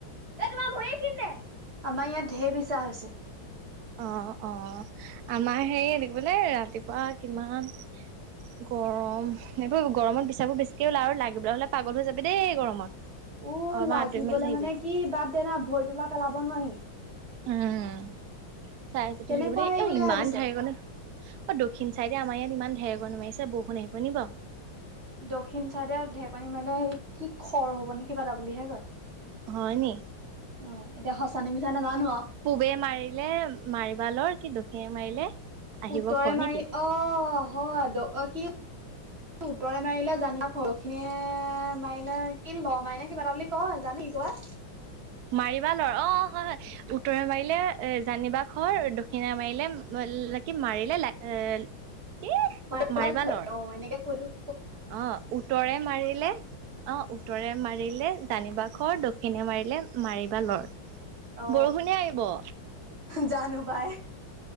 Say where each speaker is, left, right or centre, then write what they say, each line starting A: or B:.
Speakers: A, on the right (about 30°); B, on the right (about 70°).
A: আমাৰ ইয়াত ঢেৰ বিছা হৈছে।
B: অ অ আমাৰ হেৰী বোলেই ৰাতি, বাহ কিমান গৰম মানে, উম গৰমত বিচাবোৰ বেছিক ওলাই আৰু লাগিবলৈ হ'লে পাগল হৈ যাবি দেই গৰমত।
A: উ
B: অলপমান
A: লাগিবলে
B: আঁতৰি মেলি থাকিবি।
A: মানে কি বাদ দেনা ভৰি তোলা পেলাব নোৱাৰি,
B: উম চাই চিতি
A: কেনেকুৱা
B: থাকিব‌ দেই,
A: হেৰি
B: অ
A: বুলি
B: ইমান
A: ভাবিছ?
B: ঢাৰ এইফালে অ দক্ষিণ চাইডে আমাৰ ইয়াত ইমান ঢেৰেকণি মাৰিছে বৰষুণ আহিব নিকি বাৰু,
A: দক্ষিণ চাইডে ঢেৰ্কণি মাৰিলে সেই কি খৰ হব নে কিবা এটা বুলিহে কয়।
B: হয় নি?
A: অ এতিয়া সঁচানে মিছা নেজানো আৰু,
B: পূবে মাৰিলে মাৰিবা লৰ কি দক্ষিণে মাৰিলে, আহিব
A: উত্তৰে
B: খৰ
A: মাৰি
B: নেকি?
A: অ হয় দ অ কি, তু উত্তৰে মাৰিলে জানিবা শৰখিনিয়ে মাৰিলে কি ল মাৰ নে কিবা এটা বুলি, ক জানি কোৱা।
B: মাৰিবা লৰ অ অ হয় হয়। উত্তৰে মাৰিলে এ জানিবা শৰ দক্ষিণে মাৰিলে ন কি মাৰিলে লে এ, কি
A: মাত
B: মাৰিবা
A: ম
B: লৰ
A: অ এনেকে কৈ দিওঁ,
B: অ উত্তৰে মাৰিলে অ উত্তৰে মাৰিলে জানিবা শৰ দক্ষিণে মাৰিলে মাৰিবা লৰ।
A: অ
B: বৰষুণে আহিব। উ
A: জানো পাই।